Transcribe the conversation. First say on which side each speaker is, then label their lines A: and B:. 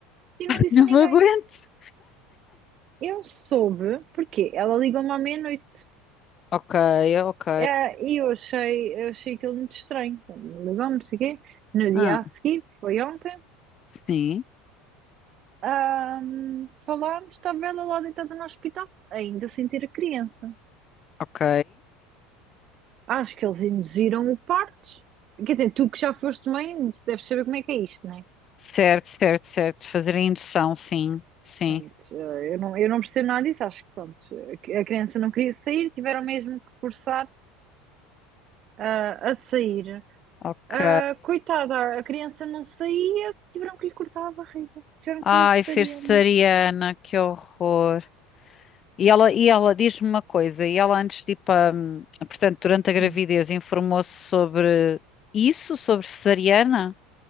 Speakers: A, on the right (about 30°); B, on the left (about 25°).
A: e não disse
B: Não
A: a ninguém.
B: me aguento.
A: Eu soube, porque ela ligou-me à meia-noite.
B: Ok, ok.
A: É, E eu achei, eu achei aquilo muito estranho. Ligou-me, não sei o quê. No dia
B: Ah,
A: a seguir, foi ontem,
B: sim,
A: ahm, falámos, estava ela lá deitada no hospital, ainda sem ter a criança.
B: ok.
A: Acho que eles induziram o parto. Quer dizer, tu que já foste mãe, deves saber como é que é isto, não é?
B: Certo, certo, certo. Fazer a indução, sim, sim.
A: Pronto, eh, eu não, eu não percebo nada disso. Acho que pronto, a criança não queria sair, tiveram mesmo que forçar, ah, a sair.
B: Ok.
A: Ah, coitada, a criança não saía, tiveram que lhe cortar a barriga, tiveram
B: Ai,
A: que fazer cesariana.
B: fersariana, que horror. E ela, e ela diz-me uma coisa, e ela antes de ir para, hum, portanto, durante a gravidez,
A: Hum.
B: informou-se sobre isso, sobre cesariana?